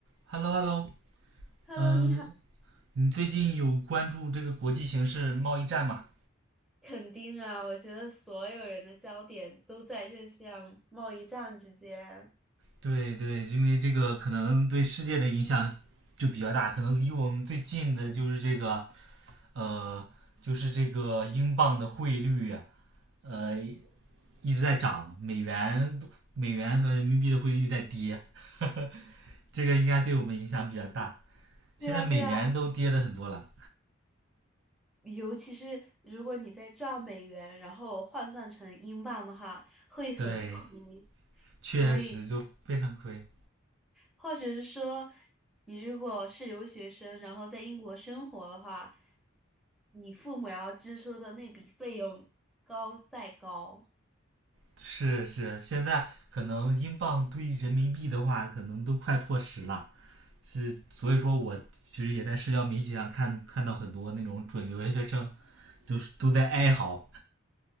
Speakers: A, on the right (about 60°); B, in the centre.
A: Hello Hello，
B: Hello，
A: 嗯，
B: 你好，
A: 呃你最近有关注这个国际形势、贸易战吗？
B: 肯定啊，我觉得所有人的焦点都在这项贸易战之间。
A: 对对，因为这个可能对世界的影响就比较大，可能离我们最近的就是这个呃，就是这个英镑的汇率啊，呃，一直在涨，美元、美元和人民币的汇率在跌，<laughs> 这个应该对我们影响比较大。
B: 对啊，
A: 现在美元都跌的很多了，
B: 对啊，尤其是如果你在赚美元，然后换算成英镑的话，会很亏。
A: 对，确实就非常亏。
B: 所以，或者是说，你如果是留学生，然后在英国生活的话，你父母要支出的那笔费用高再高。
A: 是是，现在可能英镑兑人民币的话，可能都快破十了。是，所以说我其实也在社交媒体上看看到很多那种准留学生，就是都在哀嚎。